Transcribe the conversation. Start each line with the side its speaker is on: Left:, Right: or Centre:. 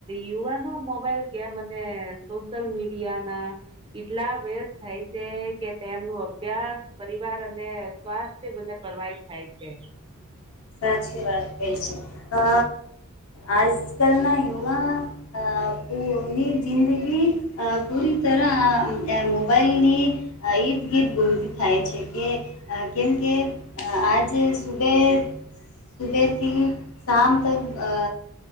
Right: યુવાનો મોબાઈલ ગેમ અને સોશિયલ મીડિયા ના એટલા વ્યસ્ત થાય છે, કે તેમનું અભ્યાસ પરિવાર અને સ્વાસ્થ્ય બંને. પ્રવાહિત થાય છે.
Left: <unintelligible> <inaudible> સાચી વાત કઈ છે, અ આજ કાલના યુવા અ પૂરી જિંદગી પૂરી તરહ મોબાઈલની ઈદ ગીદ ગુમતી થાય છે, કે કેમ કે આજે સુબે સુબેહથી શામ તક અ